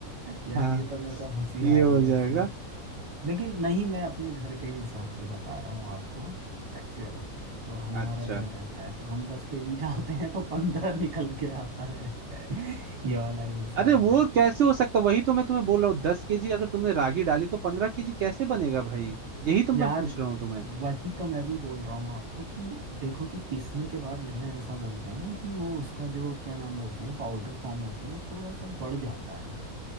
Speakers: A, on the right; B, on the right.
A: यार
B: हाँ
A: ये तो मेरे को हंसी आ
B: ये
A: रही
B: हो
A: है
B: जाएगा
A: इसमें लेकिन नहीं मैं अपने घर के हिसाब से बता रहा हूँ आपको एक्चुअल में तो हमारा
B: अच्छा
A: जो रहता है तो हम दस केजी डालते हैं तो पंद्रह निकल के आता है <laughs> ये वाला हिसाब
B: अरे वो
A: है
B: कैसे हो सकता वही तो मैं तुम्हें बोल रहा हूँ दस केजी अगर तुमने रागी डाली तो पंद्रह केजी कैसे बनेगा भाई यही तो मैं
A: यार
B: पूछ रहा हूँ तुम्हें
A: वही तो मैं भी बोल रहा हूँ आपको कि देखो कि पीसने के बाद यहाँ ऐसा बोलते हैं ना कि वो उसका जो क्या नाम बोलते हैं पाउडर फॉर्म होती है वो थोड़ा सा बढ़ जाता है